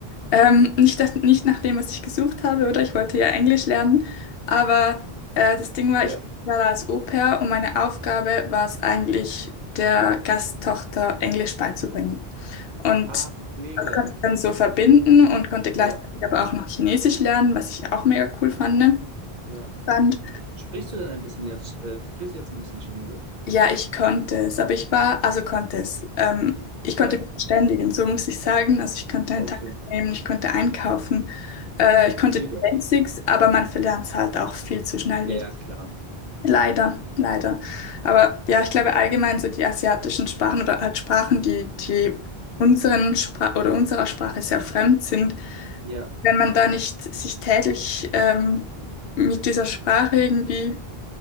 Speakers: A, on the left; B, on the right.
A: Ähm, nicht, das, nicht nach dem, was ich gesucht habe, oder? Ich wollte ja Englisch lernen, aber äh, das Ding war,
B: ja.
A: ich war da als Au-pair und meine Aufgabe war es eigentlich, der Gasttochter Englisch beizubringen. Und
B: Ah, mega.
A: das konnte ich dann so verbinden und konnte gleichzeitig
B: Ja,
A: aber auch noch Chinesisch lernen, was ich auch mega cool fand.
B: ja.
A: fand.
B: Sprichst du denn ein bisschen jetzt, äh, sprichst du jetzt ein bisschen Chinesisch?
A: Ja, ich konnte es, aber ich war, also konnte es. Ähm, ich
B: Ja,
A: konnte mich verständigen, so muss ich sagen. Also ich konnte einen
B: okay.
A: Tag nehmen, ich konnte einkaufen, äh, ich konnte
B: Mega.
A: die Basics, aber man verlernt es halt auch viel zu schnell
B: Ja,
A: wieder.
B: ja, klar.
A: Leider, leider. Aber ja, ich glaube allgemein so die asiatischen Sprachen oder halt Sprachen, die, die unseren Spra oder unserer Sprache sehr fremd sind,
B: Ja,
A: wenn man da nicht sich täglich ähm, mit dieser Sprache irgendwie